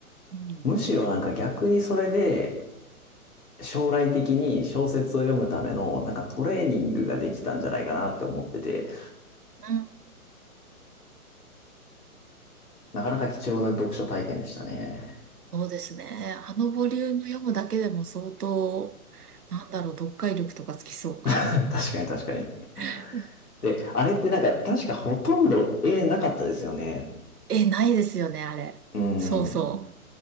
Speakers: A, on the right (about 85°); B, on the left (about 80°).
A: うん、
B: むしろなんか逆にそれで、将来的に小説を読むための、なんかトレーニングができたんじゃないかなって思ってて。
A: うん
B: なかなか貴重な読書体験でしたね。
A: そうですね。あのボリューム読むだけでも相当、なんだろう、読解力とかつきそ
B: <laughs> 確かに確かに。
A: う。うん
B: で、あれってなんか確かほとんど絵なかったですよね。
A: え、ないですよね、あれ。
B: うん。
A: そうそ